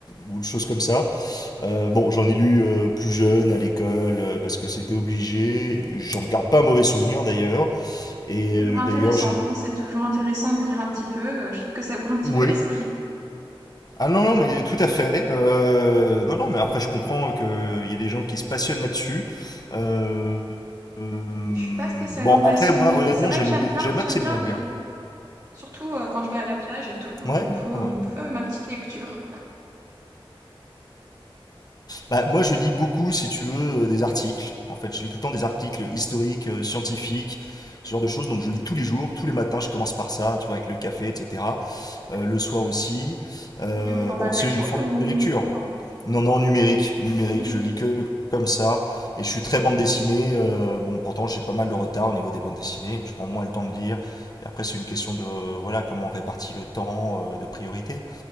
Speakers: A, on the left (about 45°); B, on the right (about 45°).
A: ou de choses comme ça. Euh, bon, j'en ai lu euh, plus jeune à l'école euh, parce que c'était obligé. J'en garde pas un mauvais souvenir d'ailleurs. Et
B: Toujours
A: euh,
B: intéressant.
A: d'ailleurs, je.
B: hein, C'est toujours intéressant de lire un petit peu. Euh, Je trouve que ça ouvre un petit
A: Oui.
B: peu l'esprit.
A: Ah non, non, mais tout à fait. Euh, non, non, mais après, je comprends qu'il y ait des gens qui se passionnent là-dessus. Euh, euh,
B: Je suis pas spécialement
A: bon,
B: passionnée,
A: après, moi, honnêtement,
B: mais c'est vrai
A: j'aime
B: que j'aime
A: bien-
B: bien,
A: j'aime
B: j'aime
A: assez
B: bien
A: bien
B: lire.
A: lire.
B: Surtout euh, quand je vais à la plage et tout, euh,
A: Ouais.
B: il me faut,
A: ouais.
B: il me faut ma petite lecture.
A: Bah, moi, je lis beaucoup, si tu veux, euh, des articles. En fait, je lis tout le temps des articles historiques, euh, scientifiques, ce genre de choses. Donc, je lis tous les jours, tous les matins. Je commence par ça, tu vois, avec le café, etc.
B: <laughs>
A: Euh, le soir aussi. Euh,
B: Il est au format
A: bon,
B: papier
A: c'est une forme
B: ou
A: de lecture.
B: format
A: Non, non, numérique, numérique,
B: numérique?
A: je lis que comme ça. Et je suis très bande dessinée. euh, bon, pourtant, j'ai pas mal de retard au niveau des bandes dessinées. mais Je prends moins le temps de lire. Et après, c'est une question de, voilà, comment on répartit le temps, euh, de priorité.